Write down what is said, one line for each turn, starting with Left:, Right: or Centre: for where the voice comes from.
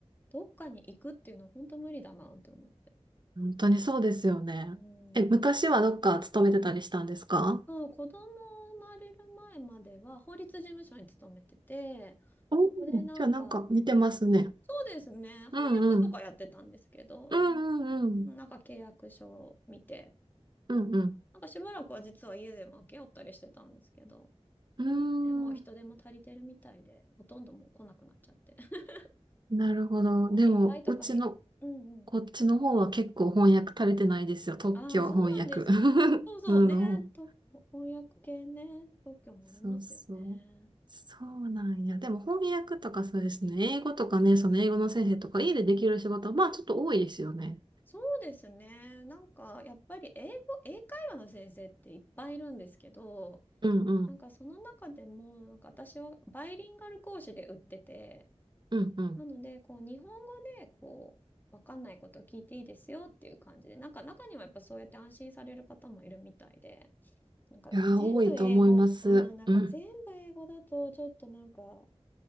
Left: どっかに行くっていうのは本当無理だなって思って。
Right: 本当にそうですよね。
Left: うん。
Right: え、昔はどっか勤めてたりしたんですか
Left: そう、子供生まれる前までは法律事務所に勤めてて、
Right: おーじゃあなんか似てますね。
Left: そこでなんか、そうですね、翻訳とかやってたんですけど、
Right: うんうん。うんうんうん。
Left: なんか、なんか契約書を見て、
Right: うんうん。
Left: なんかしばらくは実は家でもけ合ったりしてたんですけど、
Right: うーん、
Left: 今はね、もう人手も足りてるみたいで、ほとんどもう来なくなっちゃって。<laughs>
Right: なるほど。
Left: もう
Right: でも、
Left: AI とかに、
Right: うちの、
Left: うんうん。
Right: こっちの方は結構翻訳足れてないですよ。特許翻訳。
Left: ああ、そうなんですか。
Right: <laughs>
Left: そうそうね。
Right: うん。
Left: と、翻訳系ね。特許もありますよね。
Right: そうそう。そうなんや。でも翻訳とかそうですね。英語とかね、その英語の先生とか家でできる仕事は、
Left: うん。
Right: まあちょっと多いですよね。
Left: そうですね。なんか、やっぱり英語、英会話の先生っていっぱいいるんですけど、
Right: うんうん。
Left: なんかその中でも、なんか私はバイリンガル講師で売ってて、
Right: うんうん。
Left: なので、こう、日本語で、こう、わかんないことを聞いていいですよっていう感じで、なんか中にはやっぱそうやって安心される方もいるみたいで、なんか全部英語、
Right: いやー、多いと思います。
Left: うん、なんか全部英語だとちょっとなんか、
Right: うん。